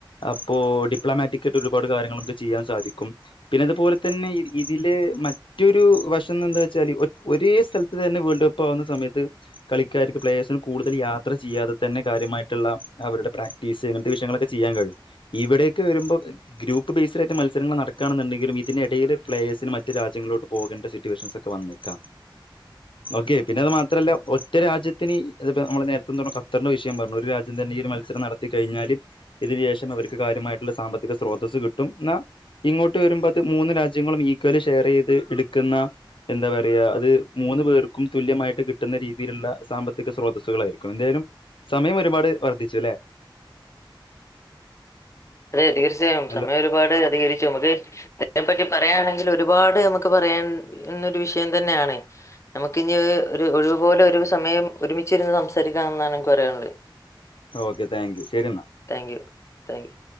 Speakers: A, on the left (about 75°); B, on the left (about 35°).
A: അപ്പോൾ ഡിപ്ലോമാറ്റി ആയിട്ട് ഒരുപാട് കാര്യങ്ങളൊക്കെ ചെയ്യാൻ സാധിക്കും പിന്നെ അതുപോലെ തന്നെ ഇതിലെ മറ്റൊരു വശം എന്താ വെച്ചാൽ ഒരേ സ്ഥലത്ത് തന്നെ വേൾഡ് പോവുന്ന സമയത്ത് കളിക്കാർക്ക് പ്ലേഴ്സിന് കൂടുതൽ യാത്ര ചെയ്യാതെ തന്നെ കാര്യമായിട്ടുള്ള അവരുടെ പ്രാക്ടീസ് അങ്ങനത്തെ വിഷയങ്ങളൊക്കെ ചെയ്യാൻ കഴിയും ഇവിടെയൊക്കെ വരുമ്പോൾ ഗ്രൂപ്പ് ബേസ്ഡ ആയിട്ട് മത്സരങ്ങൾ നടക്കുകയാെന്നുണ്ടെങ്കിലും ഇതിന്റെ ഇടയിൽ പ്ലേയേഴ്സിന് മറ്റു രാജ്യങ്ങളോട്ട് പോകേണ്ട സിറ്റുവേഷൻസ് ഒക്കെ വന്നേക്കാം ഓക്കെ പിന്നെ അത് മാത്രല്ല ഒറ്റ രാജ്യത്തിന് ഇ ഇത് പൊ നമ്മൾ നേരത്തെ ത കത്തർന്റെ വിഷയം പറഞ്ഞു ഒരു രാജ്യം തന്നെ ഈ ഒരു മത്സരം നടത്തി കഴിഞ്ഞാല് ഇതിന്ശേഷം അവർക്ക് കാര്യമായിട്ടുള്ള സാമ്പത്തിക സ്രോതസ്സ് കിട്ടും എന്നാൽ ഇങ്ങോട്ട് വരുമ്പോ അത് മൂന്ന് രാജ്യങ്ങളും ഈക്വലി ഷെയറെയ്ത് ഇട്ക്കുന്ന എന്താ പറയ അത് മൂന്ന് പേർക്കും തുല്യമായിട്ട് കിട്ടുന്ന രീതിയിലുള്ള സാമ്പത്തിക സ്രോതസ്സുകളായിരിക്കും എന്തായാലും സമയം ഒരുപാട് വർദ്ധിച്ചു ലെ
B: അതെ തീർച്ചയായും
A: അല്ല
B: സമയം ഒരുപാട് അധികരിച്ചു നമുക്ക് ഇതിനെ പറ്റി പറയയാണെ ഒരുപാട് നമുക്ക് പറയാൻ ഒരു വിഷയം തന്നെയാണ് നമുക്ക് ഒരു ഒഴിവുപോലെ ഒരു സമയം ഒരുമിച്ചിരുന്ന് സംസാരിക്കാന്നാണ് അനക്ക് പറയാനുള്ള്
A: ഓക്കെ താങ്ക് യു ശരിന്നാ
B: താങ്ക് യു താങ്ക് യു